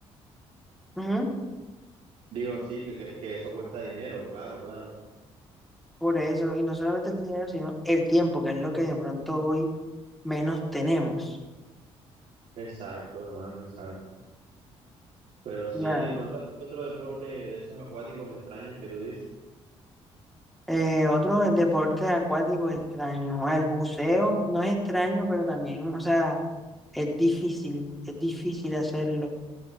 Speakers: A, in the centre; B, on the right.
A: ujú,
B: Digo, sí, que, que, que eso cuesta dinero, claro, claro.
A: por eso, y no solamente el dinero, sino el tiempo, que es lo que de pronto hoy menos tenemos.
B: Exacto, hermano, exacto. Pero sí,
A: Ya.
B: y de pronto has hecho otro deporte de esos acuáticos extraños que tú dices.
A: Eh, otros deportes acuáticos extraños, ah, el buceo no es extraño, pero también, o sea, es difícil, es difícil hacerlo,